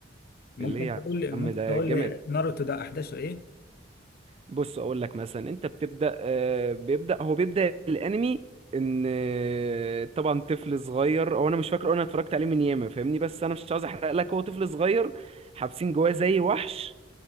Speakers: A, on the left; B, on the right.
A: ممكن
B: اللي هي يا
A: تقول لي ممكن
B: عم ده
A: تقول
B: جامد
A: لي ناروتو ده أحداثه إيه؟
B: بص اقول لك مثلا انت بتبدا آه، بيبدا هو بيبدا الانمي ان آه، طبعا طفل صغير هو انا مش فاكر انا اتفرجت عليه من ياما فاهمني بس انا مش عاوز احرق لك هو طفل صغير حابسين جواه زي وحش